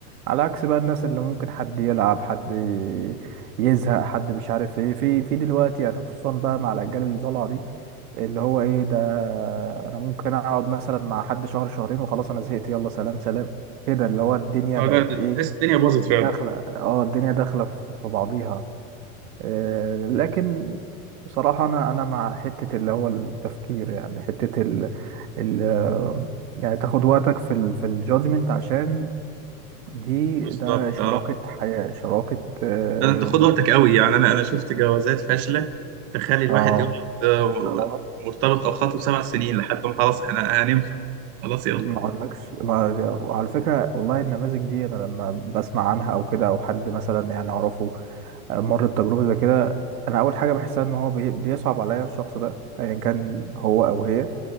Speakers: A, on the right; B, on the right.
A: على عكس بقى الناس اللي ممكن حد يلعب حد يزهق حد مش عارف ايه في في دلوقتي يعني خصوصا بقى مع الاجيال اللي طالعه دي اللي هو ايه ده انا ممكن اقعد مثلا مع حد شهر شهرين وخلاص انا زهقت يلا سلام سلام كده اللي هو الدنيا
B: اه
A: بقت
B: لا ده- ده
A: ايه
B: تحس الدنيا باظت فعلا
A: داخلة اه الدنيا داخلة في في بعضيها آه، لكن بصراحة أنا أنا مع حتة اللي هو التفكير يعني حتة ال ال آه، يعني تاخد وقتك في ال في الجادجمنت عشان دي
B: بالظبط
A: ده شراكة
B: اه
A: حياة شراكة اه
B: ده انت خد وقتك قوي يعني انا انا شفت جوازات فاشله تخلي الواحد
A: اه
B: يقعد آه،
A: آه،
B: مرتبط او خاطب سبع سنين لحد ما خلاص احنا هننفع خلاص يلا
A: ما اقولكش ما وعلى فكرة والله النماذج دي أنا لما بسمع عنها أو كده أو حد مثلا يعني أعرفه مر بتجربة زي كده أنا أول حاجة بحسها إن هو بي- بيصعب عليا الشخص ده أيا كان هو أو هي